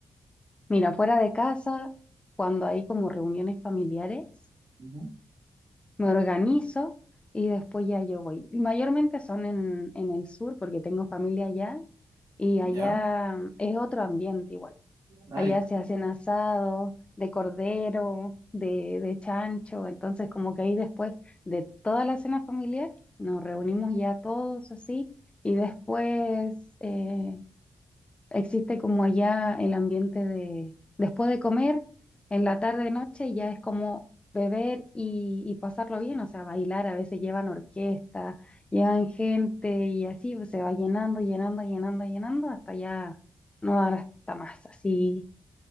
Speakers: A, on the left (about 15°); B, on the right (about 65°).
A: Mira, fuera de casa, cuando hay como reuniones familiares.
B: Ujú.
A: me organizo y después ya yo voy. Y Mayormente son en, en el sur porque tengo familia allá y
B: ¿Ya?
A: allá es otro ambiente igual.
B: Ah,
A: Allá
B: ya,
A: se hacen asados de cordero, de, de chancho, entonces como que ahí después de toda la cena familiar nos reunimos ya todos así y después... eh, existe como allá el ambiente de después de comer, en la tarde noche ya es como beber y, y pasarlo bien, o sea, bailar, a veces llevan orquesta, llevan gente y así pues, se va llenando, llenando, llenando, llenando hasta ya no dar hasta más, así.